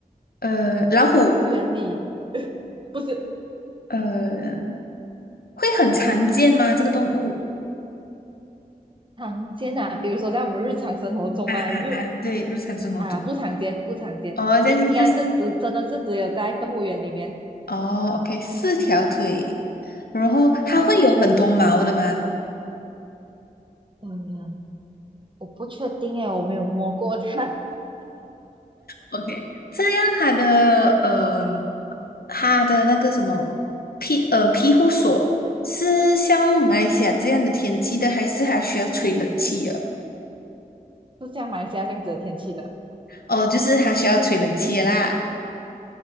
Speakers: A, on the left; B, on the right.
A: 呃，老虎，
B: 动物园里，<laughs> 不是，
A: 呃，会很常见吗？这个动物？
B: 常见啊，比如说在我们日常生活中啊，
A: 啊啊啊！
B: 还是
A: 对，日常生活中。
B: 啊不常见，不常见，
A: 哦，但是就是
B: 应应该是只真的是只有在动物园里面
A: 哦，OK，四条腿，然后它会有很多毛的吗？
B: 啊。嗯，我不确定诶，我没有摸过它。<laughs>
A: OK，这样它的呃，它的那个什么庇呃庇护所是像马来西亚这样的天气的，还是它需要吹冷气的？
B: 就像马来西亚这样子的天气的，
A: 哦，就是它需要吹冷气的啦。